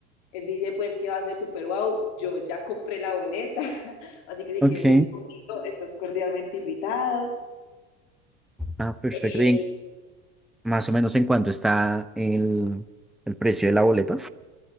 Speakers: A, on the left; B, in the centre.
A: él dice pues que va a ser súper guau Yo ya compré la boleta, <laughs> así que si
B: Ok,
A: quieres ir conmigo, estás cordialmente invitado.
B: ah, perfecto.
A: Eh,
B: Y más o menos en cuánto está el, el precio de la boleta.